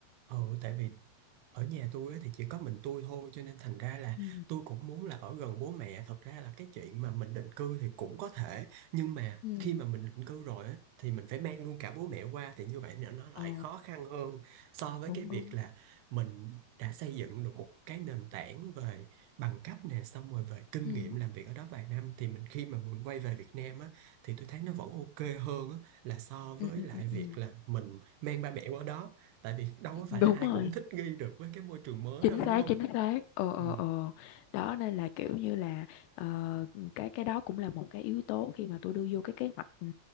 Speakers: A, on the right; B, on the left.
A: ừ tại vì ở nhà tôi á thì chỉ có mình tôi thôi cho nên thành ra là
B: ừ
A: tôi cũng muốn là ở gần bố mẹ thật ra là cái chuyện mà mình định cư thì cũng có thể nhưng mà
B: ừ
A: khi mà mình định cư rồi á thì mình phải mang luôn cả bố mẹ qua thì như vậy nó nó lại
B: Ờ,
A: khó khăn hơn so với
B: đúng
A: cái việc
B: đúng
A: là mình đã xây dựng được một cái nền tảng về bằng cấp nè xong rồi về kinh
B: ừ
A: nghiệm làm việc ở đó vài năm thì mình khi mà mình quay về Việt Nam á thì tôi thấy nó vẫn ok hơn á là so
B: ừ
A: với
B: ừ
A: lại
B: ừ
A: việc
B: ừ.
A: là mình mang ba mẹ qua đó tại vì đâu có phải
B: đúng
A: là ai
B: rồi
A: cũng thích nghi được với cái môi trường mới
B: chính
A: đâu đúng
B: xác
A: không
B: chính xác ờ ờ
A: ừ.
B: ờ đó nên là kiểu như là ờ, cái cái đó cũng là một cái yếu tố khi mà tôi đưa vô cái kế hoạch ừ,